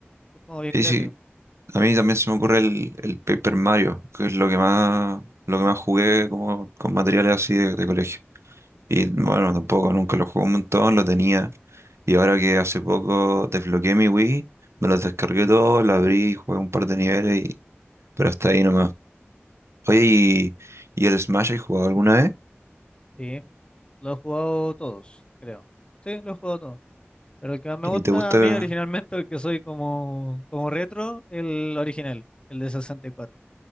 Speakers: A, on the left; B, on the right.
A: Es como bien
B: Sí,
A: creativo.
B: sí, a mí también se me ocurre el, el Paper Mario, que es lo que más, lo que más jugué como con materiales así de, de colegio. Y bueno, tampoco, nunca lo jugué un montón, lo tenía. Y ahora que hace poco desbloqueé mi Wii, me los descargué todos, lo abrí, jugué un par de niveles, y, pero hasta ahí no Oye, ¿y, y el Smash has jugado alguna vez?
A: Sí, lo he jugado todos, creo. Sí, lo he jugado todos. Pero el que más me
B: ¿Y
A: gusta
B: te gusta?
A: a mí originalmente, el que soy como, como retro, el original, el de sesenta y cuatro